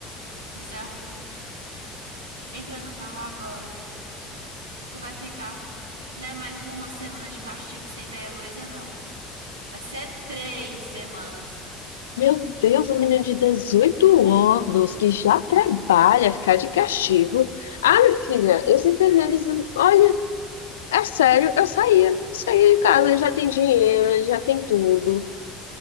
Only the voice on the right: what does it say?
José Arthur, entra no carro agora. Tu vai ficar, não é mais uma semana de castigo sem ver a Heloísa, não. Vai ser três semanas.